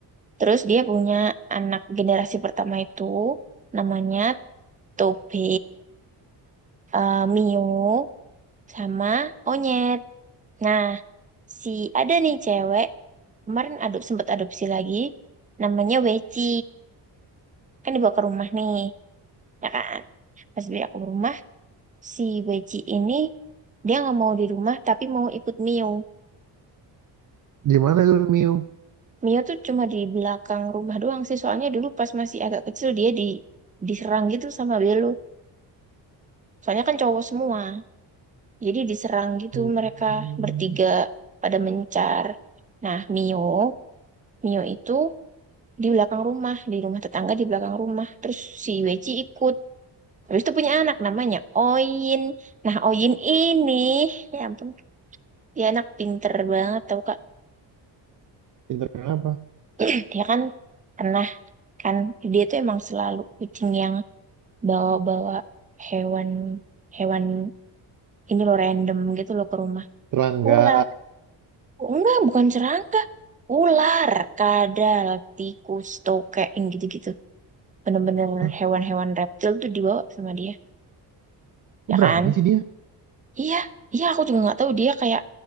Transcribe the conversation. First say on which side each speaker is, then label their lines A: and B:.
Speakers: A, on the right; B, on the right.
A: terus dia punya anak generasi pertama itu namanya Tobe, eh, Mio, sama Onyet. Nah, si ada nih cewek kemarin adop sempat adopsi lagi namanya Weci. Kan dibawa ke rumah nih, ya kan? Pas beli aku ke rumah si Weji ini dia nggak mau di rumah tapi mau ikut Mio.
B: gimana itu, Mio?
A: Mio tuh cuma di belakang rumah doang sih. Soalnya dulu pas masih agak kecil dia di diserang gitu sama Belo. Soalnya kan cowok semua. Jadi diserang gitu
B: Hmm,
A: mereka bertiga pada mencar. Nah, Mio, Mio itu di belakang rumah, di rumah tetangga di belakang rumah. Terus si Weji ikut. Habis itu punya anak namanya Oin. Nah, Oin ini, ya ampun, dia anak pinter banget tau Kak
B: Pinter kenapa?
A: <clears throat> dia kan pernah kan dia tuh emang selalu kucing yang bawa-bawa hewan hewan ini loh random gitu loh ke rumah
B: Serangga.
A: ular oh, enggak bukan serangga ular kadal tikus tokek yang gitu-gitu bener-bener
B: Hah,
A: hewan-hewan reptil tuh dibawa sama dia
B: kok
A: ya kan
B: berani sih dia?
A: iya iya aku juga nggak tahu dia kayak